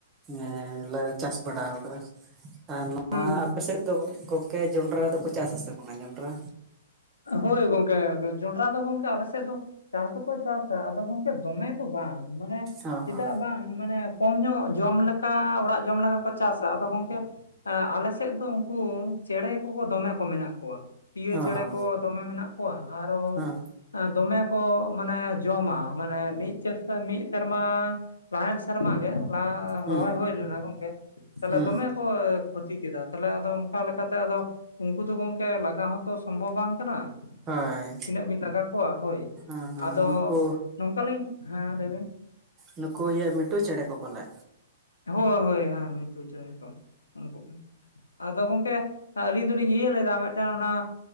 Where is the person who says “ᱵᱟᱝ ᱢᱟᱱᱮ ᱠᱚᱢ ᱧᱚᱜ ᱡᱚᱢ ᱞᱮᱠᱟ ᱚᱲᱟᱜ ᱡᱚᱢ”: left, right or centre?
Left